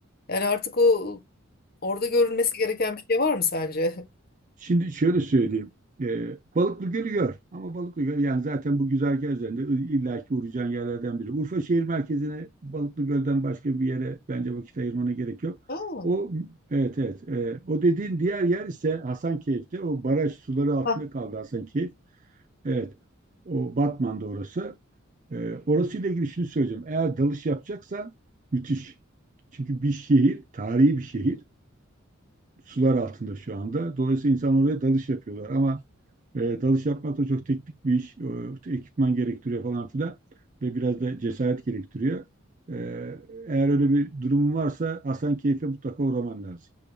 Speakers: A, on the left (about 45°); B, on the right (about 40°).
A: Yani artık o orada görülmesi gereken bir şey var mı sence?
B: Şimdi şöyle söyleyeyim. Ee, Balıklı Gölü gör. Ama Balıklı Gölü yani zaten bu güzergah üzerinde i- illaki uğrayacağın yerlerden biri. Urfa şehir merkezine Balıklı Göl'den başka bir yere bence vakit ayırmana gerek yok.
A: <laughs>
B: O evet evet. Ee, o dediğin diğer yer ise Hasankeyf'te. O baraj suları altında
A: Ha.
B: kaldı Hasankeyf. Evet. O Batman'da orası. Ee, orasıyla ilgili şunu söyleyeceğim. Eğer dalış yapacaksan müthiş. Çünkü bir şehir, tarihi bir şehir. Sular altında şu anda. Dolayısıyla insanlar oraya dalış yapıyorlar. Ama e, dalış yapmak da çok teknik bir iş. E, ekipman gerektiriyor falan filan. Ve biraz da cesaret gerektiriyor. E, eğer öyle bir durumun varsa Hasankeyf'e mutlaka uğraman lazım.